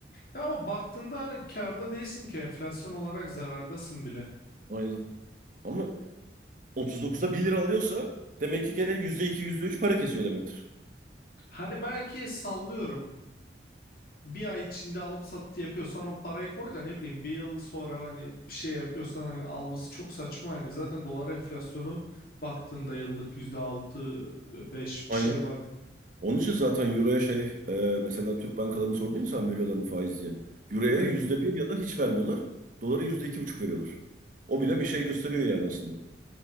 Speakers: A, on the left; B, on the right.
A: Ya ama baktığında hani karda değilsin ki enflasyon olarak zarardasın bile.
B: Aynen. Ama 39'a bir lira alıyorsa demek ki gene yüzde iki yüzde üç para kesiyor demektir.
A: Hani belki sallıyorum. Bir ay içinde alıp satı yapıyorsan o parayı koy da ne bileyim bir yıl sonra hani bir şey yapıyorsan hani alması çok saçma yani. Zaten dolar enflasyonu baktığında yıllık yüzde altı beş
B: Aynen.
A: bir şey var yani.
B: Onun için zaten Euro'ya şey e, mesela Türk bankalarını sordun ya sen veriyorlar mı faiz diye. Euro'ya
A: E,
B: yüzde bir ya da hiç vermiyorlar. Dolara yüzde iki buçuk veriyorlar. O bile bir şey gösteriyor yani aslında.